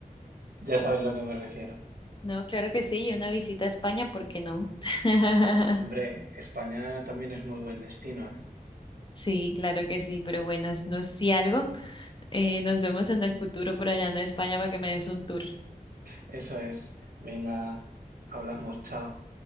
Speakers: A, on the right (about 80°); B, on the left (about 30°).
A: ya sabes a lo que me refiero.
B: No, claro que sí. Y una visita a España, ¿por qué no? <laughs>
A: Hombre, España también es muy buen destino, ¿eh?
B: Sí, claro que sí. Pero bueno, no, si algo, eh, nos vemos en el futuro por allá en España para que me des un tour.
A: Eso es. Venga, hablamos, chao.